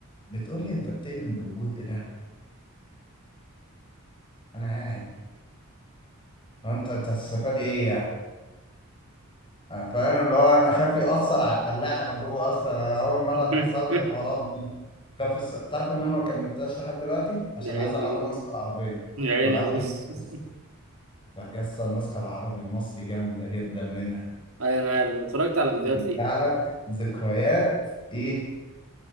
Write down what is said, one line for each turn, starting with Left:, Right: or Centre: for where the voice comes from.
Left: بتقول لي انت بتؤمن بوجود اله انا قاعد وانت هتستفاد ايه يعني فاهم اللي هو انا خايف يأثر على اللعبة جوه اصلا انا اول مرة
Right: <laughs>
Left: تحصل لي الحوارات دي خاف الس... تعرف ان انا ما كملتهاش لحد دلوقتي عشان
Right: يا عيني
Left: عايز العبها
Right: يا زوز
Left: النسخة العربية كنت
Right: يا عيني
Left: بلعبها
Right: يا زوز
Left: الانجليزي
Right: <laughs>
Left: بس لا يا اسطى النسخة العربي المصري جامدة جدا منها
Right: ايوه انا عارف أنا اتفرجت على فيديوهات
Left: بترجع
Right: ليه
Left: لك ذكريات ايه